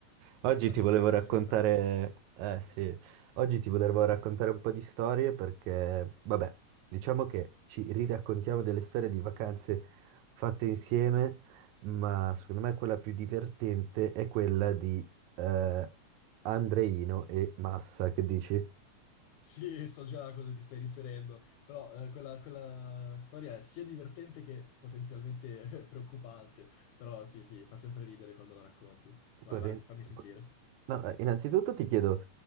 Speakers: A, on the right (about 80°); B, on the left (about 75°).
A: Oggi
B: Altrettanto,
A: ti volevo raccontare,
B: altrettanto. <laughs>
A: eh sì, oggi ti volevo raccontare un po' di storie perché, vabbè, diciamo che ci riraccontiamo delle storie di vacanze fatte insieme, ma secondo me quella più divertente è quella di eh, Andreino e Massa, che dici?
B: Sì, so già a cosa ti stai riferendo, però eh, quella, quella storia è sia divertente che potenzialmente <laughs> preoccupante, però sì, sì, fa sempre ridere quando la racconti. Vai,
A: Poten-
B: vai, fammi sentire.
A: No, eh, innanzitutto ti chiedo,